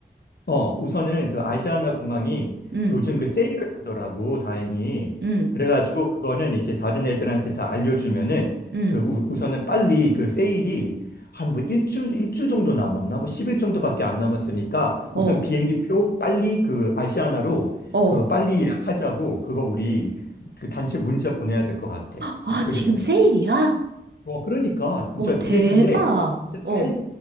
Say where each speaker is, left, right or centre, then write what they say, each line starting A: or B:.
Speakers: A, on the left (about 60°); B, on the right (about 75°).
A: 어, 우선은 그 아시아나 공항이
B: 응,
A: 요즘 그 세일을 하더라고, 다행히.
B: 응,
A: 그래가지고 그거는 이제 다른 애들한테 다 알려주면은
B: 응.
A: 그 우, 우선은 빨리 그 세일이 한 뭐 일주, 일주 정도 남았나? 뭐 10일 정도밖에 안 남았으니까
B: 어,
A: 우선 비행기표 빨리 그 아시아나로
B: 어.
A: 그 빨리 예약하자고 그거 우리 그 단체 문자 보내야 될 것 같아.
B: 아,
A: 그게
B: 지금
A: 먼저.
B: 세일이야?
A: 어, 그러니까 진짜
B: 오 대박.
A: 그게 근데 진짜
B: 어.
A: 짧은